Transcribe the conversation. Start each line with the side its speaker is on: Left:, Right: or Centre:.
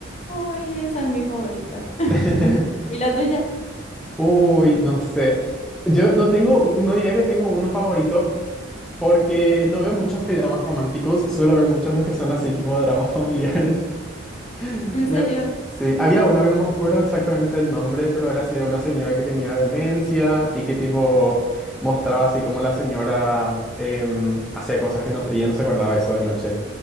Left: Ay, esa es mi favorita. <laughs>
Centre: <laughs>
Left: ¿Y la tuya?
Centre: Uy, no sé. Yo no tengo, no diría que tengo uno favorito porque no veo muchos dramas románticos, suelo ver muchos los que son así tipo de dramas <laughs> familiares. <laughs>
Left: ¿En
Centre: Me-
Left: serio?
Centre: Sí, había uno que no me acuerdo exactamente el nombre, pero era así de una señora que tenía demencia y que tipo mostraba así como la señora em, hacía cosas que no, y ella no se acordaba eso de noche.